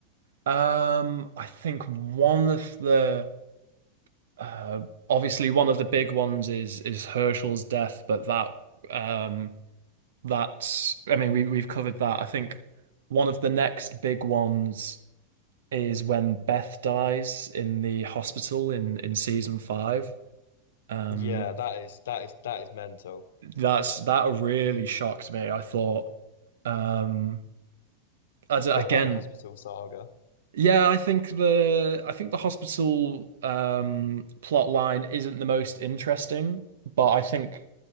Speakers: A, on the right; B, on the left.
A: Um, I think one of the uh, obviously one of the big ones is is Herschel's death, but that um that's I mean we we've covered that. I think one of the next big ones is when Beth dies in the hospital in in season five. Um,
B: Yeah, that is that is that is mental.
A: that's that really shocked me. I thought um as
B: I
A: again.
B: forgot about the hospital saga.
A: Yeah, I think the I think the hospital um plot line isn't the most interesting, but I think